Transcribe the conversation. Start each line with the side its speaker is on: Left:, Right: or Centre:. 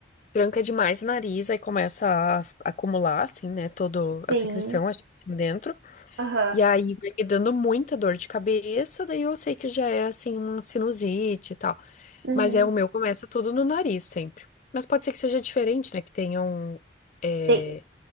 Left: Tranca demais o nariz, aí começa a f- acumular, assim, né, toda a
Right: sim.
Left: secreção assim, dentro.
Right: Aham.
Left: E aí vai me dando muita dor de cabeça, daí eu sei que já é, assim, uma sinusite e tal.
Right: Uhum.
Left: Mas é o meu, começa tudo no nariz sempre. Mas pode ser que seja diferente, né, que tenham é,
Right: Tem